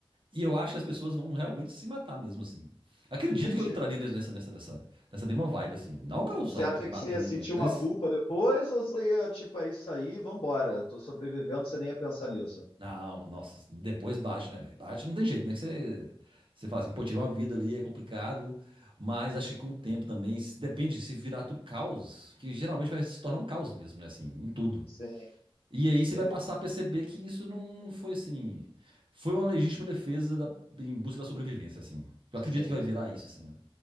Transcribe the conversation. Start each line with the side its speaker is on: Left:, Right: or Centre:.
Right: E eu acho que as pessoas vão realmente se matar mesmo, assim. Acredito
Left: entendi.
Right: que eu entraria nessa, nessa, nessa, nessa mesma vibe, assim. Não que eu
Left: Você
Right: saia
Left: acha
Right: por aí
Left: que
Right: matando
Left: você ia sentir
Right: ninguém, mas
Left: uma culpa depois ou você ia, tipo, é isso aí, vambora, tô sobrevivendo, você nem ia pensar nisso?
Right: Não, nossa, depois bate, né, velho? Bate não tem jeito, né? Que você, você fala assim, pô, tirar uma vida ali é complicado, mas acho que com o tempo também, se- depende se virar tudo caos, que geralmente vai se tornar um caos mesmo, né? Assim, em tudo.
Left: Sim,
Right: E aí você
Left: beleza.
Right: vai passar a perceber que isso não, não foi assim. Foi uma legítima defesa da- em busca da sobrevivência, assim. Eu
Left: Sim.
Right: acredito que vai virar isso, assim, né?